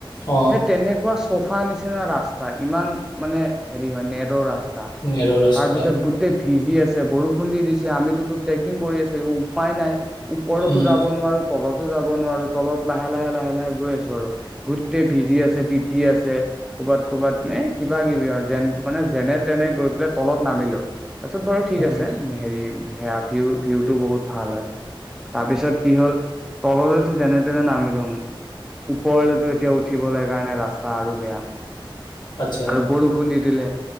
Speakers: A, on the left (about 55°); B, in the centre.
A: অ
B: সেই তেনেকুৱা চুফ ফা নিচিনা ৰাস্তা ইমান মানে হেৰি হয় নেটৰ ৰাস্তা,
A: নেৰো ৰাস্তাৰ
B: তাৰ পিছত গো টেই ভিজি আছে, বৰষুণ দি দিছে আমিতো ট্ৰেকিং কৰি আছো একো উপায় নাই। ওপৰতো
A: উম
B: যাব নোৱাৰো, তলতো যাব নোৱাৰো, তলত লাহে লাহে লাহে লাহে গৈ আছো আৰু গোটেই ভিজি আছে, তিতি আছে, ক'বাত ক'বাত এ কিবা কিবি আৰু যেন মানে যেনে তেনে গৈ পেলাই তলত নামিলো, তাৰপিছত বাৰু ঠিক
A: হয়।
B: আছে। হেৰি সেয়া ভিউ, ভিউটো বহুত ভাল হয়। তাৰপিছত কি হ'ল, তললৈতো যেনে তেনে নামিলুং ওপৰলৈতো এতিয়া উঠিবলৈ কাৰণে ৰাস্তা আৰু বেয়া।
A: আচ্ছা
B: আৰু বৰষুণ দি দিলে।